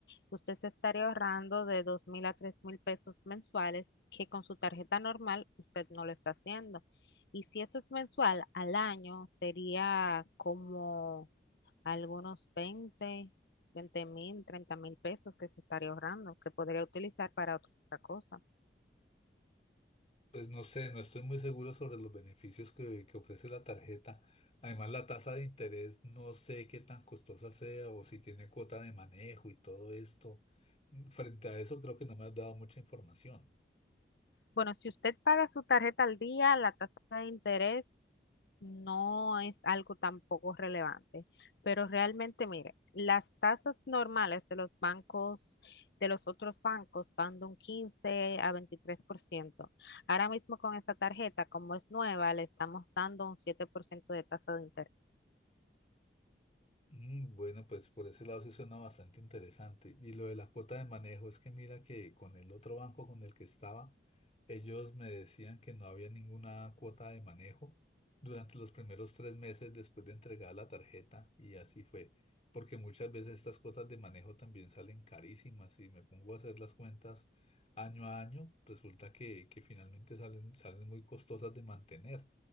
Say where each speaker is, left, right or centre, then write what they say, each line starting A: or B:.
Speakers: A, on the left; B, on the left.
A: usted se estaría ahorrando de 2.000 a 3.000 pesos mensuales que con su tarjeta normal usted no lo está haciendo. Y si eso es mensual al año, sería como algunos 20, veinte mil, treinta mil pesos que se estaría ahorrando, que podría utilizar para otra cosa.
B: Pues no sé, no estoy muy seguro sobre los beneficios que, que ofrece la tarjeta. Además, la tasa de interés no sé qué tan costosa sea o si tiene cuota de manejo y todo esto. Mm, Frente a eso, creo que no me has dado mucha información.
A: Bueno, si usted paga su tarjeta al día, la tasa de interés no es algo tampoco relevante, pero realmente, mire, las tasas normales de los bancos, de los otros bancos, van de un 15 a 23%. Ahora mismo con esa tarjeta, como es nueva, le estamos dando un 7% de tasa de interés.
B: Mm, Bueno, pues por ese lado se suena bastante interesante. Y lo de la cuota de manejo es que mira que con el otro banco con el que estaba, ellos me decían que no había ninguna cuota de manejo durante los primeros tres meses después de entregar la tarjeta y así fue. Porque muchas veces estas cuotas de manejo también salen carísimas y me pongo a hacer las cuentas año a año, resulta que, que finalmente salen, salen muy costosas de mantener.